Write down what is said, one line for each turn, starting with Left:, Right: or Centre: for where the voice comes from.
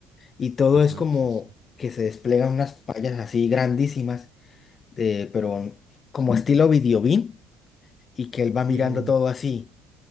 Left: y todo
Right: ajá,
Left: es como
Right: sí, sí.
Left: que se desplegan unas pantallas así grandísimas, de, pero como estilo videobeam y que él va mirando
Right: Pero
Left: todo así,